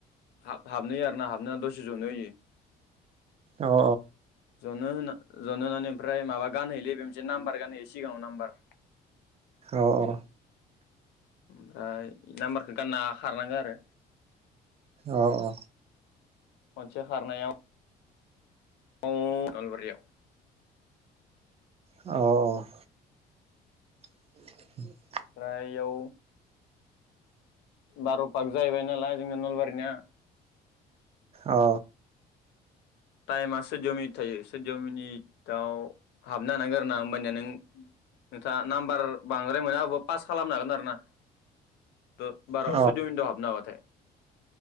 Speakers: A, on the left; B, on the right.
A: हाब हाबनो होयो आरो ना हाबाना दसे जनो होयो
B: अ
A: जनो होना जननानै ओमफ्राय माबा गानहोयोलै बे मोनसे नाम्बार गानहोयो सिगाङाव नाम्बार
B: औ औ
A: ओमफ्राय नाम्बारखो गानना खारनांगो आरो
B: औ औ
A: खनसे खारनायाव <inaudible> खालबारियाव
B: औ <inaudible>
A: ओमफ्राय याव बार पाक जाहैबाय नालाय जोंना नलबारिनिया
B: ओ
A: टाइमा सैद मिनिट थायो सैद मिनिटाव हाबनो हानांगोन आरो ना होमबानिया नों नोंथाङा नाम्बार बांद्राय मोनाबाबो पास खालामनो हागोन आरो ना थ बाराव
B: अ
A: सुयद मिनिट आव हाबनो हाबाथाय